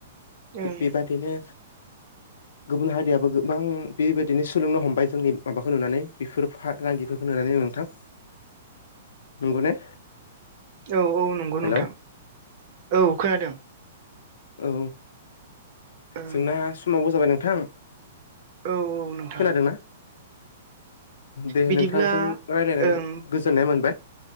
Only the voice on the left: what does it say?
थिख बिबादि नो गुबुन हारियाबो गोबां बेबायदिनो सोलोंनो हमबाय जोंनि माबाखौ नुनानै बेफोर रांगिफोरखौ नुनानै नोंथां नंगौ ने
हेलौ
औ
जोंना समावबो जाबाय नोंथां
खोनादोंना दे
नोंथांजों रायलायनानै
गोजोननाय मोनबाय